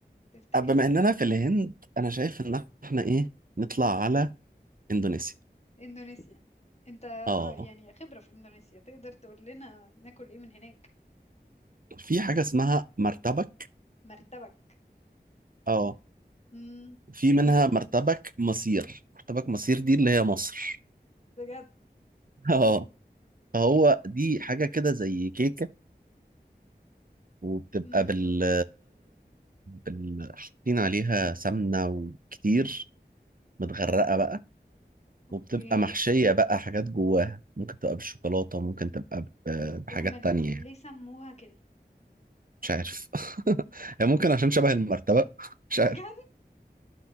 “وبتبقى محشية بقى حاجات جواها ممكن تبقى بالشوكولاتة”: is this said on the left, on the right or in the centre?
Right